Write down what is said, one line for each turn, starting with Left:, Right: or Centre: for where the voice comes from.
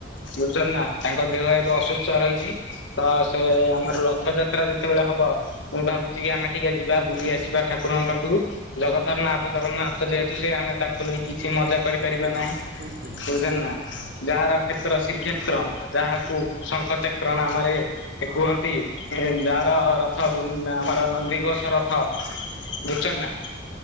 Left: ବୁଝୁଚନ୍ତି ନା ତାଙ୍କ ଦେହ ଏବେ ଅସୁସ୍ଥ ରହି ଚ ତ ସେ ଆମର ରଥ ଯାତ୍ରା ଯେତେବେଳେ ହବ ମୁଁ ଭାବୁଚି କି ଆମେ ଟିକେ ଯିବା ବୁଲି ଆସିବା ଠାକୁରଙ୍କ ପାଖରୁ ଜଗ ଜଗନ୍ନାଥ ଜଗନ୍ନାଥ ଯେହେତୁ ସେ ଆମେ ତାଙ୍କୁ ନେଇ କିଛି ମଜା କରିପାରିବା ନାହିଁ।
Right: ଠିକ ଠିକ
Left: ବୁଝ ନା ଯାହାର କ୍ଷେତ୍ର ଶ୍ରୀକ୍ଷେତ୍ର
Right: ଠିକ କଥା
Left: ଯାହାକୁ ଶଙ୍ଖ ଚ ନାମରେ ଏ
Right: ହଁ
Left: କୁହନ୍ତି ଏ ଯାହାର ରଥ ଗୁ ଆମର ନନ୍ଦିଘୋଷ ର ଥ ବୁଝୁଚନ୍ତି ନା